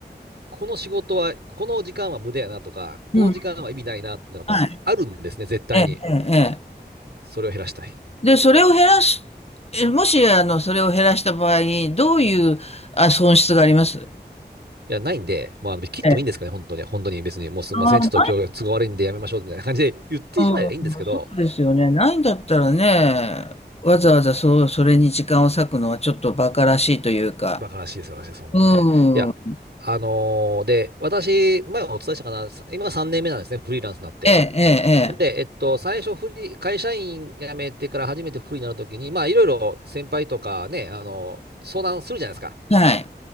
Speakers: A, on the right; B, on the left.
A: この仕事は、この時間は無駄やなとか、この時間は意味ないなっていうのがやっぱあるんですね、
B: うん、はい、
A: 絶対に。
B: ええええええ
A: それを減らしたい。い
B: で、それを減らす、えもし、あの、それを減らした場合、どういう、あ、損失があります
A: や、ないんで、まあ、あの切ってもいいんですかね、
B: ええ
A: 本当に。本当に別に、もうすみません、
B: ああ、
A: ちょっと今日都合悪いんでやめましょうみたいな感じで言ってしまえばいいんですけど、
B: ない、うん、そうですよね。ないんだったらね、わざわざそう、それに時間を割くのはちょっと馬鹿らしいというか、
A: バカらしいです、バカらしいです、本当ね。
B: うん、
A: いや、あのーで、私、前お伝えしたかな、今さ今3年目なんですね、フリーランスになって。
B: ええ、ええ、
A: ほんで、えっと、最初フリー、会社員辞めてから初めてフリーになるときに、まあ、いろいろ先輩とかね、あの、相談するじゃないですか。
B: ええはい、